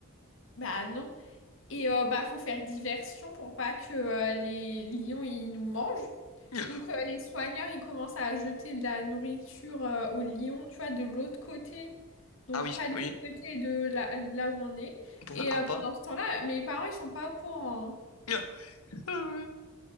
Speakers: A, on the left; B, on the left.
A: bah non et euh, bah faut faire diversion pour pas que euh, les lions ils nous mangent.
B: <laughs>
A: Donc euh, les soigneurs ils commencent à jeter de la nourriture euh, aux lions, tu vois, de l'autre côté. Donc
B: Ah oui,
A: pas du
B: oui.
A: côté de là, là où on est.
B: On pouvait
A: Et
B: ah
A: euh,
B: pas.
A: pendant ce temps-là, mes parents ils sont pas au courant. hein.
B: <laughs> Ah ouais.